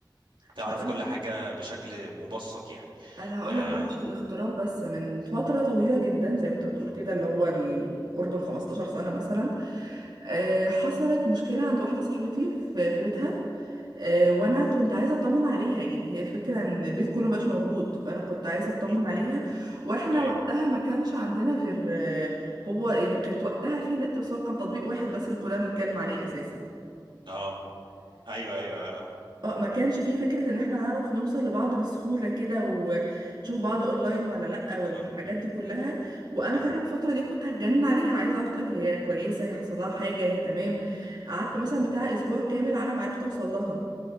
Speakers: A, on the right; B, on the right.
A: تعرف
B: هقول
A: كل حاجه بشكل مبسط يعني
B: انا هقول
A: آه.
B: لك بقى مش الاغتراب بس من فتره طويله جدا زي ما انت بتقول
A: م-
B: كده اللي هو ال- قرب ال 15 سنه مثلا آه، حصلت مشكله عند واحده صاحبتي في في بيتها آه، وانا كنت عايزه اطمن عليها يعني هي الفكره ان البيت كله مبقاش موجود فانا كنت عايزه اطمن
A: م-
B: عليها واحنا
A: ايوه
B: وقتها ما كانش عندنا غير آه، هو يعني كانت وقتها في نت بس هو كان تطبيق واحد بس اللي كنا بنتكلم عليه اساسا
A: اه ايوه ايوه اه
B: اه ما كانش فيه فكرة ان احنا نعرف نوصل لبعض بسهولة كده ونشوف بعض اونلاين ولا لأ والحاجات
A: آه،
B: دي كلها وانا
A: صح
B: فعلا الفترة دي كنت هتجنن عليها عايزة اعرف طيب هي كويسة هيحصل لها حاجة هي تمام قعدت مثلا بتاع اسبوع كامل على ما عرفت اوصل لها